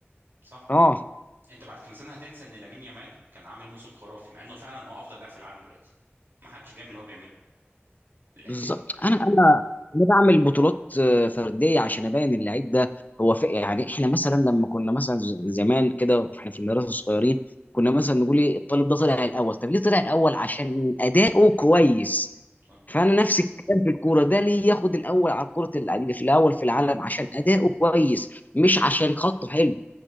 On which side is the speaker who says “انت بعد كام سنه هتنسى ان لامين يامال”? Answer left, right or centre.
Right